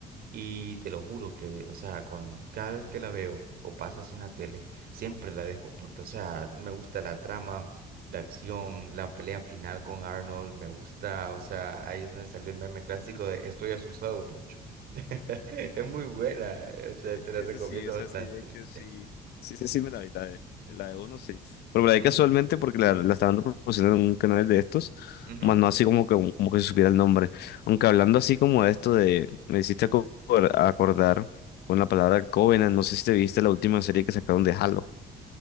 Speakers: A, on the right (about 65°); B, on the left (about 75°).
A: Y te lo juro que, o sea, cuando, cada vez que la veo o pasa así en la tele, siempre la dejo, porque, o sea, me gusta la trama, la acción, la pelea final con Arnold, me gusta, o sea, ahí es donde salió el meme clásico de Estoy asustado, Poncho. <laughs> Es muy buena, eh, o sea,
B: Eh,
A: te la
B: Ese
A: recomiendo
B: sí, esa
A: bastante.
B: sí, de hecho, sí. Sí, sí, sí, me la vi, la de, la de uno, sí. Pero la
A: Ujú,
B: ahí casualmente, porque la, la estaban reproduciendo en un canal de estos,
A: ujú.
B: más no así como que, como que se supiera el nombre. Aunque hablando así como de esto de, me hiciste aco- acordar con la palabra Covenant, no sé si te viste la última serie que sacaron de Halo.